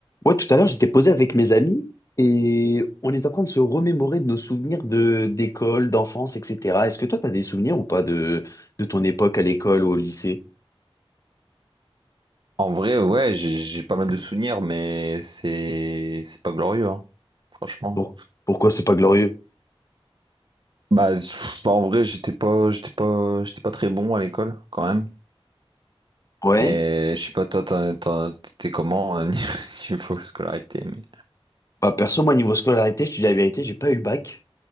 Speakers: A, on the left (about 35°); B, on the right (about 50°).
A: Ouais, tout à l'heure, j'étais posé avec mes amis et on est en train de se remémorer de nos souvenirs de d'école, d'enfance, etc. Est-ce que toi, t'as des souvenirs ou pas de, de ton époque à l'école ou au lycée?
B: En vrai, ouais, j'ai j'ai pas mal de souvenirs, mais c'est c'est pas glorieux, hein, franchement.
A: Pour- pourquoi c'est pas glorieux?
B: Bah, pff, en vrai, j'étais pas, j'étais pas, j'étais pas très bon à l'école, quand même.
A: Ouais.
B: Et je sais pas, toi, t'en- t'en- t'étais comment euh, <laughs> niveau scolarité, mais...
A: Bah, perso, moi, niveau scolarité, je te dis la vérité, j'ai pas eu le bac.